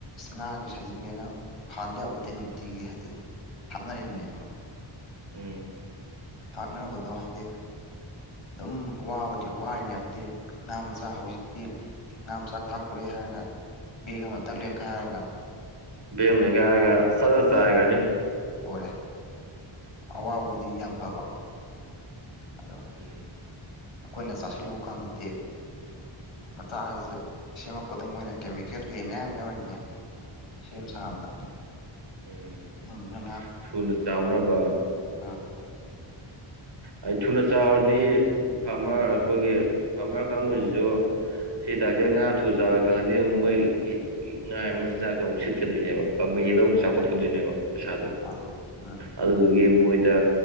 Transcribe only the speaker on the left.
ꯉꯥꯒꯤ ꯁꯖꯤꯛꯅꯦꯅ ꯐꯥꯟꯗ ꯌꯥꯄꯣꯠꯇꯦ ꯅꯨꯡꯇꯤꯒꯤ ꯍꯥꯏꯗꯤ ꯊꯥꯛꯅꯔꯤꯕꯅꯦꯕ
ꯊꯥꯛꯅꯕꯗꯣ ꯍꯥꯏꯗꯤ ꯑꯗꯨꯝ ꯑꯋꯥꯕꯗꯤ ꯋꯥꯅꯦꯕ ꯍꯥꯏꯗꯤ ꯉꯥ ꯃꯆꯥ ꯍꯧꯖꯤꯛꯇꯤ ꯉꯥ ꯃꯆꯥꯛ ꯊꯥꯛꯇꯣꯔꯦ ꯍꯥꯏꯔꯒ ꯕꯦꯒ ꯑꯃ ꯊꯛ ꯂꯦꯟꯈꯥꯏꯔꯒ
ꯄꯨꯔꯦ ꯑꯋꯥꯕꯕꯨꯗꯤ ꯌꯥꯝ ꯐꯕ ꯑꯗꯣ
ꯑꯩꯈꯣꯏꯅ ꯆꯥꯁꯤꯜꯂꯨ ꯀꯥꯟꯗꯗꯤ ꯃꯆꯥꯥꯛ ꯍꯥꯏꯁꯦ ꯁꯦꯝꯃꯛꯄꯗ ꯃꯣꯏꯅ ꯀꯦꯃꯤꯀꯦꯜ ꯀꯩ ꯃꯌꯥꯝ ꯌꯥꯎꯔꯤꯅꯦ ꯁꯦꯝ ꯁꯥꯕꯗ
ꯑꯗꯨꯗꯨꯅ
ꯑꯥ
ꯎꯝ
ꯎꯝ ꯎꯝ